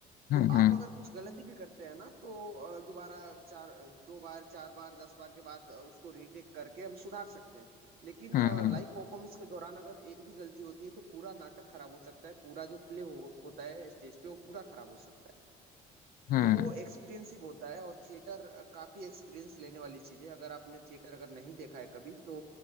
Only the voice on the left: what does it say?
हम्म
हम्म
हम्म हम्म
हम्म।